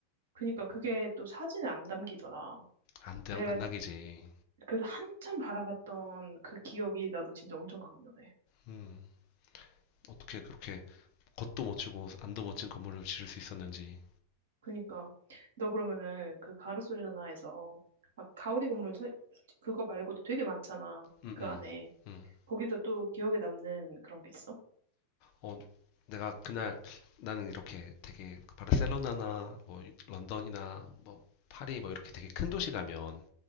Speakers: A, on the right; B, on the left.
A: 그니까 그게 또 사진에 안 담기더라.
B: 안, 당-
A: 내가
B: 안 당이지.
A: 그래서 한참 바라봤던 그 기억이 나도 진짜 엄청 강렬해.
B: 음, 어떻게 그렇게 겉도 멋지고 안도 멋진 건물을 지을 수 있었는지.
A: 그니까 너 그러면은 그 바르셀로나에서 막 가우디 건물 세- 솔직히 그거 말고도 되게 많잖아
B: 음,
A: 그
B: 음,
A: 안에
B: 음.
A: 거기서 또 기억에 남는 그런 게 있어?
B: 어, 내가 그날 나는 이렇게 되게 그 바르셀로나나 뭐 런던이나 뭐 파리 뭐 이렇게 되게 큰 도시 가면